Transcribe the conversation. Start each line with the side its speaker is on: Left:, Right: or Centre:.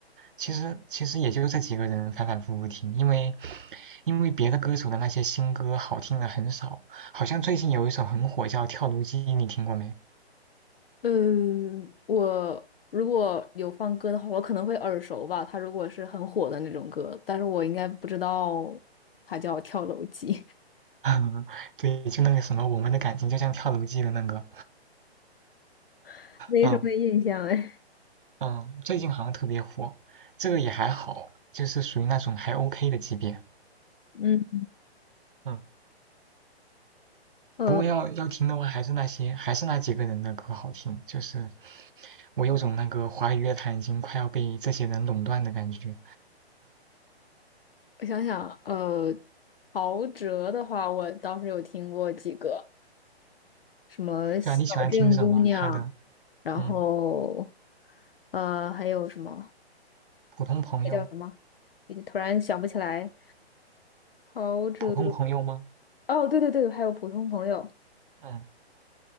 Right: 其实其实也就这几个人反反复复听，因为因为别的歌手的那些新歌好听的很少，好像最近有一首很火叫《跳楼机》，你听过没？
Left: 嗯，我如果有放歌的话，我可能会耳熟吧。他如果是很火的那种歌，但是我应该不知道他叫《跳楼机》。
Right: <laughs> 嗯，对，就那个什么，我们的感情就像跳楼机的那个，
Left: <laughs> 没什么印象哎。
Right: 嗯嗯，最近好像特别火，这个也还好，就是属于那种还 OK 的级别，
Left: <laughs> 嗯，
Right: 嗯，
Left: 呃，
Right: 不过要要听的话，还是那些还是那几个人的歌好听，就是我有种那个华语乐坛已经快要被这些人垄断的感觉。
Left: 我想想，呃，陶喆的话，我倒是有听过几个。什么小镇姑娘，
Right: 对啊，你喜欢听什么？他的，
Left: 然后
Right: 嗯，
Left: 呃还有什么
Right: 普通朋友，
Left: 那叫什么？也突然想不起来。陶喆
Right: 普通朋友吗？
Left: 哦，对对对，还有普通朋友，
Right: 嗯，